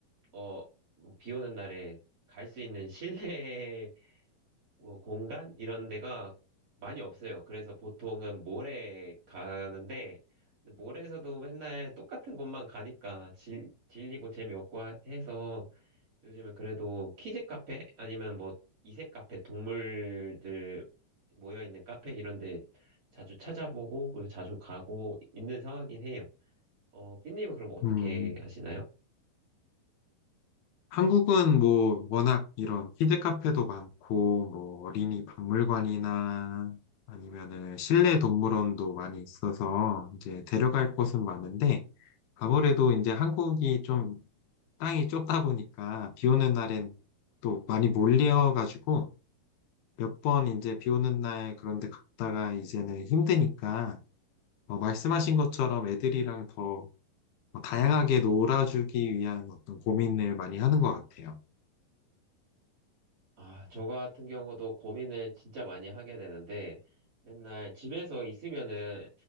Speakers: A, on the right; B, on the left.
A: 어, 뭐비 오는 날에 갈 수 있는 실내 <laughs> 뭐 공간? 이런 데가 많이 없어요. 그래서 보통은 몰에 가는데, 근데 몰에서도 맨날 똑같은 곳만 가니까 질, 질리고 재미없고 하- 해서, 요즘은 그래도 키즈 카페 아니면 뭐 이색 카페 동물들 모여 있는 카페 이런 데 자주 찾아보고 그리고 자주 가고 있는 상황이긴 해요. 어, 삐님은 그럼 어떻게
B: 음,
A: 하시나요?
B: 한국은 뭐 워낙 이런 키즈 카페도 많고 뭐 어린이 박물관이나 아니면은 실내 동물원도 많이 있어서 이제 데려갈 곳은 많은데 아무래도 이제 한국이 좀 땅이 좁다 보니까 비 오는 날엔 또 많이 몰려가지고 몇 번 이제 비 오는 날 그런데 갔다가 이제는 힘드니까 어, 말씀하신 것처럼 애들이랑 더 어 다양하게 놀아주기 위한 어떤 고민을 많이 하는 것 같아요.
A: 아, 저 같은 경우도 고민을 진짜 많이 하게 되는데 맨날 집에서 있으면은